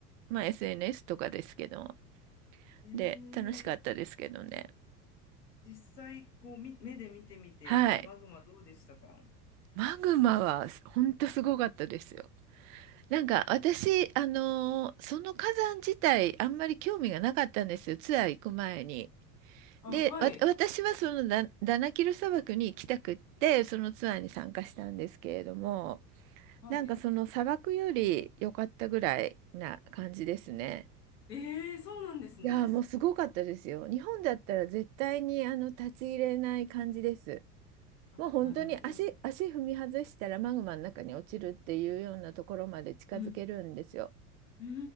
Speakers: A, on the right (about 55°); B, on the left (about 85°).
A: まあ SNS とかですけど、
B: うん。
A: で、楽しかったですけどね。
B: えー、実際、こう、み、目で見てみて、
A: はい。
B: マグマどうでしたか
A: マグマはほんとすごかったですよ。なんか私、あのーその火山自体あんまり興味がなかったんですよ、ツアー行く前に。
B: あ、
A: で、
B: はい。
A: わ、私はそのダ、ダナキル砂漠に行きたくって、そのツアーに参加したんですけれども、
B: はい。
A: なんかその砂漠より良かったぐらいな感じですね。
B: ええそうなんですね。
A: いやー、もうすごかったですよ。日本だったら絶対にあの立ち入れない感じです。
B: あ、
A: もう本当に足、
B: なるほど。
A: 足踏み外したらマグマの中に落ちるっていうようなところまで近づけるんですよ。
B: うん。うー